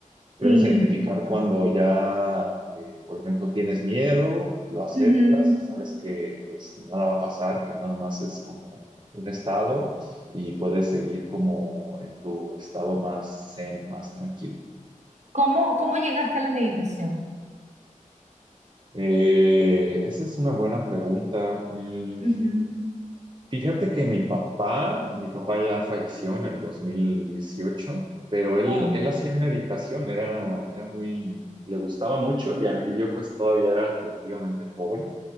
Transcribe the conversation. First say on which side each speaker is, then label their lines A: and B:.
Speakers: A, on the right (about 35°); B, on the right (about 60°).
A: Aprendes
B: sí,
A: a identificar
B: claro.
A: cuando ya, eh, por ejemplo, tienes miedo, lo aceptas
B: Ujú.
A: y sabes que pues nada va a pasar, que nada más es como un estado y puedes seguir como en tu estado más zen, más tranquilo.
B: ¿Cómo, cómo llegaste a la meditación?
A: Eh, esa es una buena pregunta. Mm,
B: Ujú,
A: Fíjate que mi papá, mi papá ya falleció en el 2018, pero él,
B: Oh.
A: él hacía meditación, era, era muy, le gustaba mucho y, a- y yo pues todavía era relativamente joven,